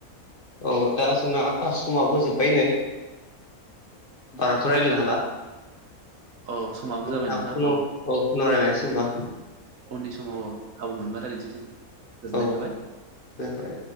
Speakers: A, on the left; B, on the right.
A: औ दा जोंना आसमबो जोब्बाय नै बाराथ रायज्लायनो हाला
B: औ समाबो जाबाय
A: थां
B: नोंथां
A: उन औ उनाव रायज्लायनोसै होनबा
B: उननि समाव खाबु मोनबा रायज्लायनोसै जोङो गोजोननाय
A: औ
B: थाबाय।
A: गोजोनथबाय